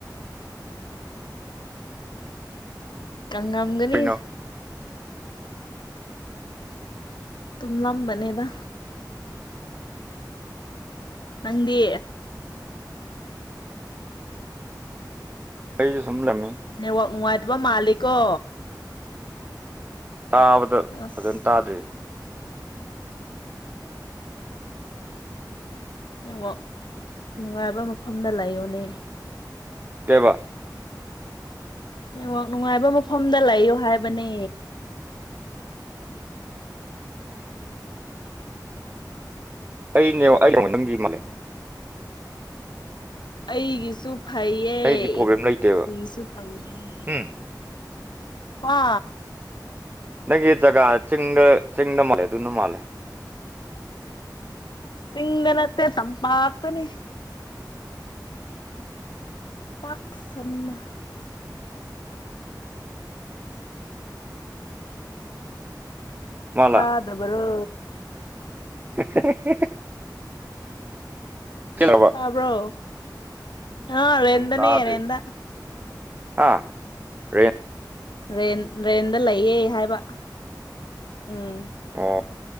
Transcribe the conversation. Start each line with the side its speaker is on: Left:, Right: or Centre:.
Left: ꯀꯪ ꯉꯝꯒꯅꯤ
Right: ꯀꯩꯅꯣ
Left: ꯇꯨꯝꯂꯝꯕꯅꯦꯗ ꯅꯪꯗꯤ
Right: ꯑꯩꯩꯁꯨ ꯁꯨꯝ ꯂꯝꯃꯤ
Left: ꯅꯦꯠꯋꯥꯛ ꯅꯨꯡꯉꯥꯏꯇꯕ ꯃꯥꯂꯦꯀꯣ
Right: ꯇꯥꯕꯗ
Left: ꯑꯁ
Right: ꯐꯖꯅ ꯇꯥꯗꯦ
Left: ꯅꯦꯠꯋꯥꯛ ꯅꯨꯡꯉꯥꯏꯕ ꯃꯐꯝꯗ ꯂꯩꯌꯣꯅꯦ
Right: ꯀꯩꯕꯥ
Left: ꯅꯦꯠꯋꯥꯛ ꯅꯨꯡꯉꯥꯏꯕ ꯃꯐꯝꯗ ꯂꯩꯌꯣ ꯍꯥꯏꯕꯅꯦ
Right: ꯑꯩꯅꯦ <unintelligible> ꯅꯪꯒꯤ ꯃꯥꯜꯂꯦ
Left: ꯑꯩꯒꯤꯁꯨ ꯐꯩꯌꯦ
Right: ꯑꯩꯗꯤ ꯄ꯭ꯔꯣꯕ꯭ꯂꯦꯝ ꯂꯩꯇꯦꯕ
Left: ꯄꯤꯁꯨ ꯐꯕꯅꯦ
Right: ꯍꯨꯝ
Left: ꯍꯥ
Right: ꯅꯪꯒꯤ ꯖꯒꯥ ꯆꯤꯡꯗ ꯆꯤꯡꯗ ꯃꯥꯜꯂꯦ ꯑꯗꯨꯅ ꯃꯥꯜꯂꯦ
Left: ꯆꯤꯡꯗ ꯅꯠꯇꯦ ꯇꯝꯄꯥꯛꯇꯅꯤ ꯄꯥꯛ ꯁꯟꯅ
Right: ꯃꯥꯜꯂ
Left: ꯇꯥꯗꯕꯔꯣ
Right: <unintelligible>
Left: ꯇꯥꯕ꯭ꯔꯣ ꯑ
Right: ꯐꯖꯅ
Left: ꯔꯦꯟꯗꯅꯦ
Right: ꯇꯥꯗꯦ
Left: ꯔꯦꯟꯗ
Right: ꯍꯥ ꯔꯦꯟ
Left: ꯔꯦꯟ ꯔꯦꯟꯗ ꯂꯩꯌꯦ ꯍꯥꯏꯕ ꯎꯝ
Right: ꯑꯣ